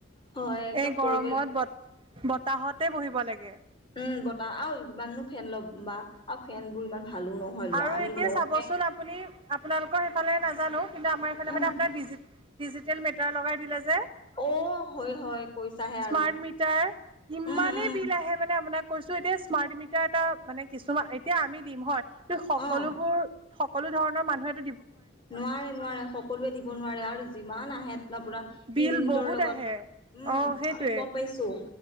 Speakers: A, on the left (about 25°); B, on the right (about 25°).
A: হয় একদম
B: এই গৰমত
A: পৰিৱেশ
B: ব- বতাহতে বহিব লাগে।
A: উম বতাহ আৰু কিমাননো ফেন ল'ম বা আৰু ফেন বোৰ ইমান- ভালো নহয় লোৱা
B: আৰু
A: আমি
B: এতিয়া
A: লওঁ
B: চাবচোন
A: সে।
B: আপুনি আপোনালোকৰ সেইফালে নাজানো কিন্তু আমাৰ এইফালে
A: উম,
B: মানে আপোনাৰ ডিজিটেল মিটাৰ লগায় দিলে যে।
A: অ' হয় হয় কৈছাহে
B: স্মাৰ্ট
A: আৰু
B: মিটাৰ ইমানেই
A: উম উম
B: বিল আহে মানে আপোনাক- কৈছো এতিয়া স্মাৰ্ট মিটাৰ এটা মানে কিছুমান এতিয়া আমি দিম হয়। তো সকলোবোৰ-
A: অ'
B: সকলো ধৰণৰ মানুহে-
A: নোৱাৰে নোৱাৰে সকলোৱে দিব নোৱাৰে আৰু যিমান আহে- আপোনা
B: বিল
A: ইউনিটৰ
B: বহুত
A: লগত
B: আহে
A: উম
B: অ সেইটোৱে
A: আমি গম পাইছোঁ।